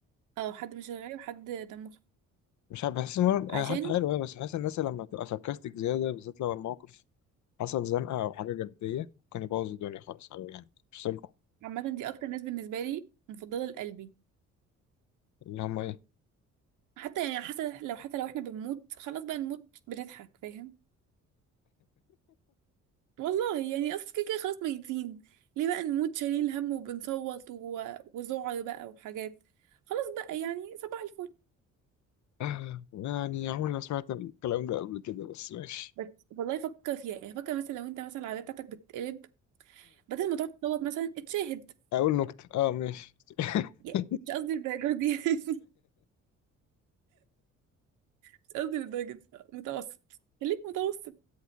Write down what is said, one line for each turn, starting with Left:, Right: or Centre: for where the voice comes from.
Right: اه حد مش رغاي وحد دمه خفيف
Left: مش عارف بحس مرة
Right: عشان
Left: حاجة حلوة بس بحس الناس لما بتبقى ساركاستيك زيادة بالذات لو الموقف حصل زنقة أو حاجة جدية ممكن يبوظ الدنيا خالص أو يعني يفصلكم
Right: عامه دي اكتر ناس بالنسبه لي مفضله لقلبي
Left: اللي هما إيه
Right: حتى يعني حتى لو حتى لو احنا بنموت خلاص بقى نموت بنضحك فاهم والله يعني اصل كده كده خلاص ميتين ليه بقى نموت شايلين هم وبنصوت و... وذعر بقى وحاجات خلاص بقى يعني صباح الفل
Left: آه، يعني عمري ما سمعت الكلام ده قبل كده بس ماشي
Right: بس والله فكر فيها يعني فكر مثلا لو انت مثلا العربيه بتاعتك بتتقلب بدل ما تقعد تصوت مثلا اتشاهد
Left: اقول نكتة اه ماشي <laughs>
Right: يعني مش قصدي الدرجه دي <laughs> يعني مش قصدي الدرجه دي متوسط خليك متوسط